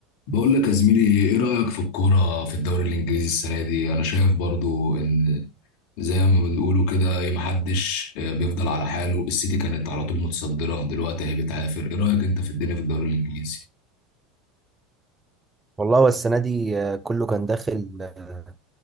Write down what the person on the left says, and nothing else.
بقول لك يا زميلي ايه رأيك في الكورة في الدوري الانجليزي السنة دي انا شايف برضو ان زي ما بنقولوا كده ايه محدش آه، بيفضل على حاله السيتي كانت على طول متصدرة دلوقتي اهي بتعافر ايه رأيك انت في الدنيا في الدوري الانجليزي